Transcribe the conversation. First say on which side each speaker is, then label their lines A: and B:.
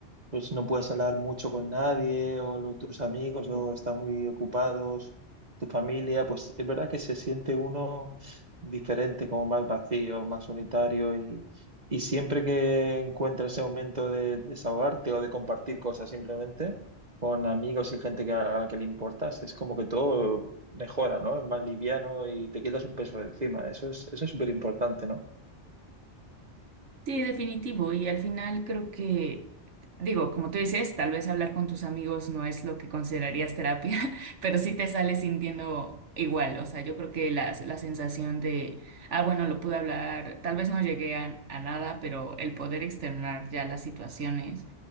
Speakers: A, on the right; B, on the right.
A: pues no puedes hablar mucho con nadie o lo- tus amigos o están muy ocupados, tu familia, pues es verdad que se siente uno diferente, como más vacío, más solitario y, y siempre que encuentras ese momento de desahogarte o de compartir cosas simplemente con amigos y gente que a, a la que le importas, es como que todo mejora, ¿no? Es más liviano y te quitas un peso de encima. Eso es, eso es súper importante, ¿no?
B: Sí, definitivo. Y al final creo que, digo, como tú dices, tal vez hablar con tus amigos no es lo que considerarías terapia, <laughs> pero sí te sales sintiendo igual. O sea, yo creo que la, la sensación de, ah, bueno, lo pude hablar, tal vez no llegué a, a nada, pero el poder externar ya las situaciones,